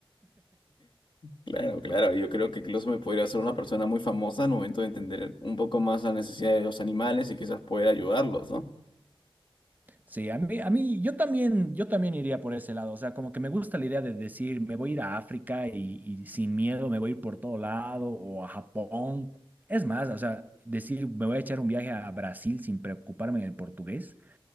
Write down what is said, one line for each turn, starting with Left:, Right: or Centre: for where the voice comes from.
Left: Claro, claro, yo creo que incluso me podría hacer una persona muy famosa al momento de entender un poco más la necesidad de los animales y quizás poder ayudarlos, ¿no?
Right: Sí, a mí, a mí, yo también, yo también iría por ese lado. O sea, como que me gusta la idea de decir, me voy a ir a África y, y sin miedo me voy a ir por todo lado o a Japón. Es más, o sea, decir, me voy a echar un viaje a Brasil sin preocuparme del portugués.